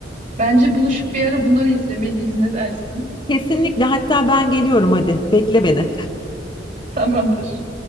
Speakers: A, on the right (about 45°); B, on the left (about 25°).
A: Bence buluşup bir ara bunları izlemeliyiz ne dersin?
B: Kesinlikle hatta ben geliyorum hadi bekle beni.
A: Tamamdır.